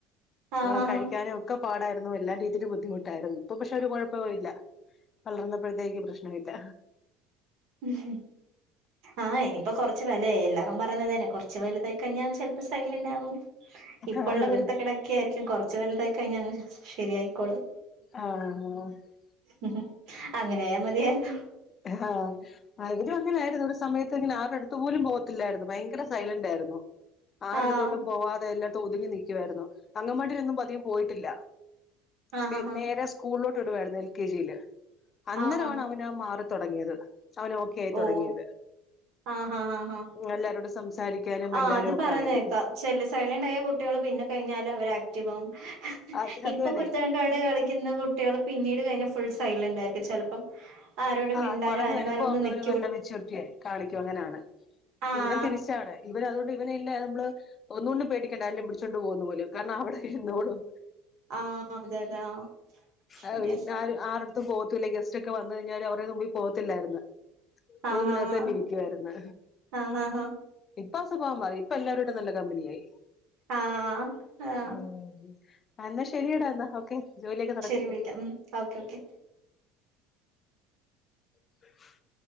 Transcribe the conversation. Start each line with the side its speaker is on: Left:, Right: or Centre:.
Right: ആഹ്
Left: ആഹ്‌
Right: ആഹ്
Left: കഴിക്കാനൊക്കെ പാടായിരുന്നു എല്ലാ രീതിലും ബുദ്ധിമുട്ടായിരുന്നു ഇപ്പൊ പക്ഷെ ഒരു കുഴപ്പവില്ല വളർന്നപ്പയെക്കും പ്രശ്ന ഇല്ല.
Right: ഉം ആഹ്‌ ഇനിയിപ്പ കൊറച്ച് കൊറച്ചു വലെ എല്ലാരും പറന്നതന്നെ കൊറച്ച് വലുതായി കഴിഞ്ഞാൽ ചെലപ്പോ സൈലന്റ് ആകും ഇപ്പള്ള
Left: ആഹ്
Right: കുരുത്തക്കിടക്കെയിരിക്കും കൊറച് വലുതായി കഴിഞ്ഞ അങ്ങ് ശരിയായിക്കോളും
Left: ആഹ്‌
Right: ഉം ഉം അങ്ങനെയ മതിയായിരുന്നു.
Left: ആഹാ അവരും അങ്ങനെയായിരുന്നു ഒരു സമയത്ത് ത്തങ്ങനെ ആരുടടുത്തു പോലും പോകത്തില്ലാരുന്നു ഭയങ്കര സൈലന്റാരുന്നു. ആരടുത്തോട്ടും
Right: ആഹ്
Left: പോവാതെ എല്ലാത്തും ഒതുങ്ങി നിക്കുവാരുന്നു അംഗൻവാടിയിലൊന്നും പതിയെ പോയിട്ടില്ല
Right: ആഹ്
Left: പി
Right: ആഹ്
Left: നേരെ സ്കൂളിലോട്ട് വിടുവാരുന്നു എൽ കെ ജില് അന്നേരാണവനെ
Right: ആഹ് ആഹ്
Left: ആ മാറി തൊടങ്ങിയത് അവനോ ക്കായി
Right: ഓഹ്
Left: തുടങ്ങിയത്
Right: ആഹ് ആഹ് ആഹ് ആഹ്
Left: എല്ലാരോടും സംസാരിക്കാനും
Right: ആഹ്
Left: മിണ്ടാനും
Right: അത്
Left: ഒക്കെ
Right: പറയുന്നേക്കാ
Left: ആയത്.
Right: ചെല സൈലന്റായ കുട്ടികളെ പിന്നെ കഴിഞ്ഞാലവരാക്റ്റീവ് ആവും
Left: അത്
Right: ഇപ്പം
Left: അതുവരെ
Right: കുരുത്തക്കേട് കളിച്ചു ക്കുന്ന കുട്ടികളെ പിന്നീട് കഴിഞ്ഞെ ഫുൾ സൈലന്റായിരിക്കും ചിലപ്പം ആരോടും
Left: ആ
Right: മിണ്ടാനോ
Left: അത് വളർന്ന്
Right: അനങ്ങാനോ
Left: വരുമ്പോ
Right: ഒന്നും
Left: അങ്ങ്
Right: നിക്
Left: അവന് നല്ല മെച്ചുരിറ്റിയെ കാണിക്കുങ്ങനാണെ
Right: ആഹ്
Left: ഇവൻ തിരിച്ചാണ് ഇവനെ അതുകൊണ്ട് ഇവന ഇല്ല മ്മളെ ഒന്നുകൊണ്ടും പേടിക്കണ്ട ആരേലും പിടിച്ചുകൊണ്ട് പോകുന്ന പോലും കാരണം അവിടെ ഇരുന്നോളും
Right: ആഹ് അതെ അതെ ആഹ്
Left: ആഹ്
Right: ശരിയാ
Left: വീട്ട്നാരും ആർടടുത്തും പോകത്തുമില്ല ഗസ്റ്റൊക്കെ വന്നു കഴിഞ്ഞാല് അവർ ടെയൊന്നും മുമ്പി പോത്തില്ലാരുന്നു
Right: ആഹ്
Left: റൂമിന്നാത്തു
Right: ആഹ്
Left: തന്നെ ഇരിക്കുവാരിന്നെ
Right: ആഹ് ആഹ്
Left: ഇപ്പാ സ്വഭാവം മാറി ഇപ്പെല്ലോ രായിട്ടും നല്ല കമ്പിനിയായി.
Right: ആഹ് ആഹ് ആഹ്
Left: ഊ ആഹ് എന്നാ ശരിയെടാ എന്നാ ഓക്കെ ജോലിയൊക്കെ നടക്
Right: രിവിളക്കാം ഉം ഓക്കെ ഓക്കെ
Left: <inaudible>